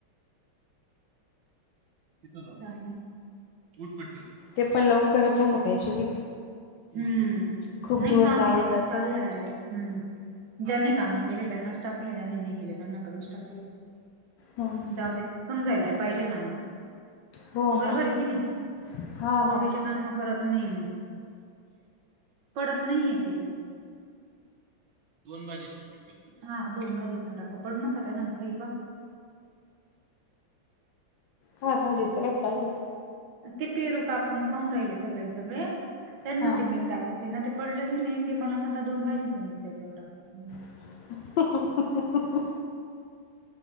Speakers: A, on the right; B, on the left.
A: तिथ जावा उठ पटकन <inaudible>
B: ते पण लवकर झालं पाहिजे बाई.
A: हम्म,
B: खूप
A: नाही
B: दिवस
A: सहा
B: लागून
A: महिन्या आता
B: जातं
A: चाले डायरेक्ट. हम्म ज्यांनी काम केले, त्यांनाच टाकलं ज्यांनी नाही केले- त्यांना कमीच टाकलय.
B: हम्म हम्म
A: जाऊ द्या समजायला पाहिजे ना.
B: हो मग
A: बरोबर आहे कि नाही,
B: हा
A: कवडीचे
B: मग
A: काम करत नाही. पडत नाहीये ते. दोन भाजीसन मीठ हा दोन भाजीसन टाका पडू नका <unintelligible>
B: काय भाजीचं काय चालू आहे.
A: ते पेरू कापून खाऊन राहिले सगळे त्यांना
B: हा
A: ते मिठ- त्याकरती ना ते पडलं भी नाही ते मला म्हणतात दोन भाजींचं मीठ त्याच्यावर टाकवून-
B: <unintelligible>